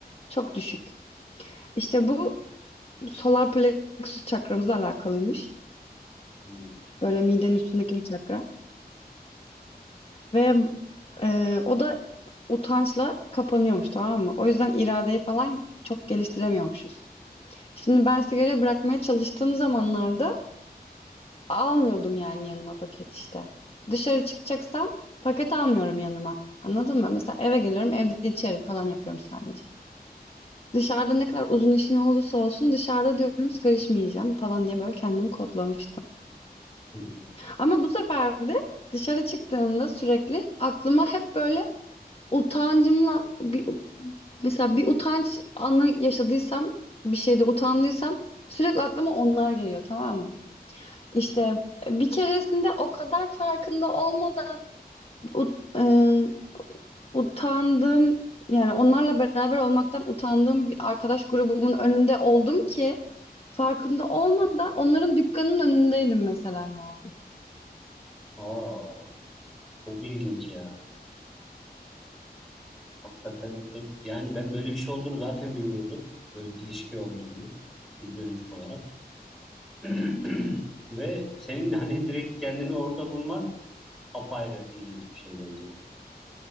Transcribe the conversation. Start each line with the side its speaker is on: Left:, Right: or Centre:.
Left: Çok düşük. İşte bu solar plexus çakramızla alakalıymış.
Centre: Hı
Left: Böyle midenin üstündeki bir çakra. Ve e, o da utançla kapanıyormuş tamam mı? O yüzden iradeyi falan çok geliştiremiyormuşuz. Şimdi ben sigarayı bırakmaya çalıştığım zamanlarda almıyordum yani yanıma paket işte. Dışarı çıkacaksam paket almıyorum yanıma. Anladın mı? Mesela eve geliyorum evde içerim falan yapıyorum sadece. Dışarıda ne kadar uzun işin olursa olsun dışarıda diyorum sigara içmeyeceğim falan diye böyle kendimi kodlamıştım.
Centre: hı.
Left: Ama bu sefer de dışarı çıktığımda sürekli aklıma hep böyle utancımla bir Mesela bir utanç anı yaşadıysam, bir şeyde utandıysam sürekli aklıma onlar geliyor tamam mı? İşte bir keresinde o kadar farkında olmadan ut- ıı, utandığım yani onlarla beraber olmaktan utandığım bir arkadaş grubumun önünde oldum ki farkında olmadan onların dükkanının önündeydim mesela yani.
Centre: Aa, çok ilginç ya. Hakikaten de- yani ben böyle bir şey olduğunu zaten bilmiyordum. Böyle bir ilişki olduğunu fizyolojik olarak. <clears throat> Ve senin hani direkt kendini orada bulman apayrı ilginç bir şey bence.